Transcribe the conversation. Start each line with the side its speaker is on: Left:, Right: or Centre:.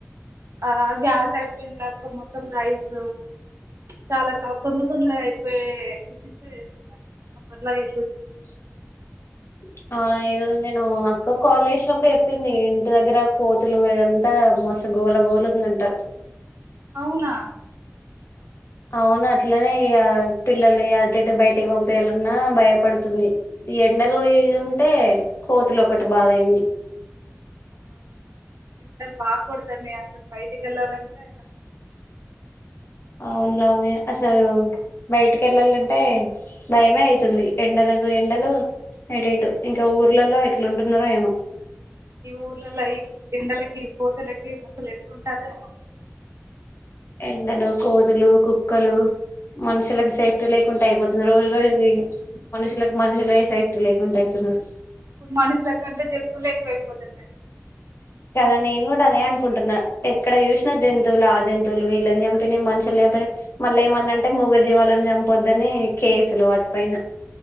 Right: ఆ గ్యాస్ అయ్యిపోయింది. అక్క మొత్తం రైస్ చాలా త తొందర తొందరగా అయిపోయే చించ చేస్తున్నారు. అట్లాగే
Left: <unintelligible> అవునా ఏ నేను అక్క కాల్ చేసినప్పుడు చెప్పింది. ఇంటి దగ్గర కోతులు ఇదంతా మోసగోళగోలు ఉందంట.
Right: అవునా
Left: అవును అట్లనే పిల్లలు అటు, ఇటు బయటికి పంపేయాలన్నా భయపడుతుంది. ఎండలో ఏది ఉంటే కోతిలో ఒకటి బాధ అయింది.
Right: బా కొడతంది. అసలు బైటికి ఎల్లాలి అంటే
Left: అవును అన్నయ్య అసలు బయటికి ఎల్లలంటే భయమే అయితుంది. ఎండలకు ఎండలు ఎటటు ఇంకా ఊర్లలో ఎట్లుంటున్నారో ఏమో.
Right: ఈ ఊర్లలో ఈ ఎండలకి కోతలకి అసలు ఎ ఉంటదేమో.
Left: ఎండలు కోతులు, కుక్కలు మనుషులకు సేఫ్టీ లేకుండా అయిపోతుంది. రోజు రోజు ఇగ మనుషులకు మనుషులు సేఫ్టీ లేకుండ అయితున్నారు.
Right: ఎ మనుషుల కంటే జంతువులే ఎక్కువైపోతున్నాయి.
Left: కదా నేను కూడా అదే అనుకుంటున్నా ఎక్కడ జుషిన జంతువులే ఆ జంతువు వీళ్ళని చంపినవి, మనుషులు చంపినై మళ్ళీ ఏమన్న
Right: ఆ
Left: అంటే మగజీవాలని చంప పొద్దనే కేసులు వాటి పైన